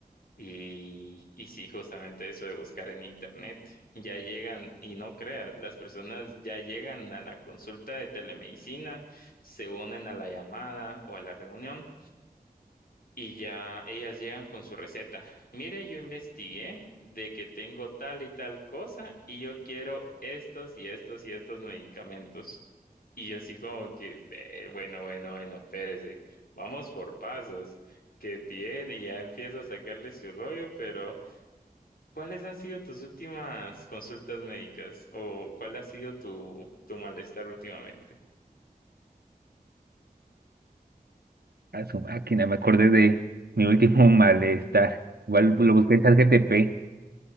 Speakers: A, on the left; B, on the right.
A: Y, y sí, justamente eso de buscar en internet, ya llegan, y no creas, las personas ya llegan a la consulta de telemedicina, se unen a la llamada o a la reunión y ya ellas llegan con su receta. Mire, yo investigué de que tengo tal y tal cosa y yo quiero estos y estos y estos medicamentos. Y yo así como que, "Eh, bueno, bueno, bueno, espérese, vamos por pasos. que tiene? Y ya empieza a sacarle su rollo, pero ¿cuáles han sido tus últimas consultas médicas? ¿O cuál ha sido tu, tu malestar últimamente?
B: a su máquina, me acordé de mi último <laughs> malestar. Igual lo busqué en ChatGPT